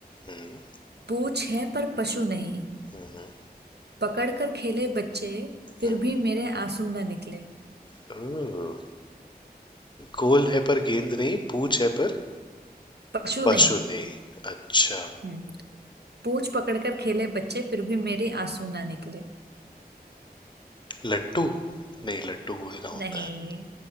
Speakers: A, on the left; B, on the right.
A: हम्म,
B: पूछ है पर पशु नहीं
A: हम्म,
B: पकड़ कर खेले बच्चे फिर
A: हम्म।
B: भी मेरे आंसू ना निकले
A: ओह, गोल है पर गेंद नहीं पूछ है पर
B: पशु
A: पशु
B: नहीं
A: नहीं अच्छा
B: हम्म पूछ पकड़ कर खेले बच्चे फिर भी मेरे आंसू ना निकले
A: लट्टू नहीं लट्टू गोल का होता
B: नहीं
A: है